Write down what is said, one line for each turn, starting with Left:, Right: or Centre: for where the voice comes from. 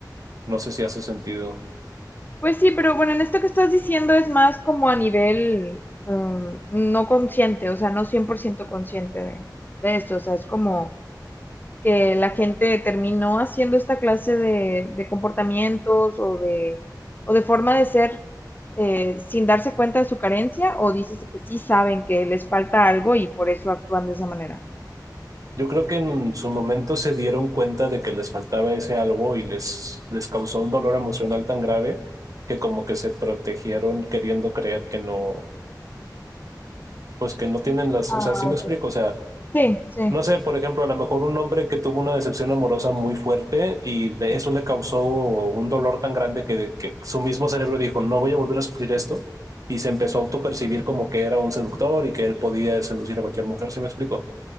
Right: No sé si hace sentido.
Left: Pues sí, pero bueno, en esto que estás diciendo es más como a nivel um, no consciente, o sea, no 100% consciente de, de esto, o sea, es como que la gente terminó haciendo esta clase de, de comportamientos o de, o de forma de ser eh, sin darse cuenta de su carencia o dices que sí saben que les falta algo y por eso actúan de esa manera?
Right: Yo creo que en su momento se dieron cuenta de que les faltaba ese algo y les, les causó un dolor emocional tan grave que como que se protegieron queriendo creer que no, pues que no tienen las,
Left: Ah,
Right: o sea, sí me
Left: ok.
Right: explico, o sea,
Left: Sí, sí,
Right: No sé, por ejemplo, a lo mejor un hombre que tuvo una decepción amorosa muy fuerte y de eso le causó un dolor tan grande que, que su mismo cerebro dijo, no voy a volver a sufrir esto, y se empezó a autopercibir como que era un seductor y que él podía seducir a cualquier mujer, ¿sí me explico?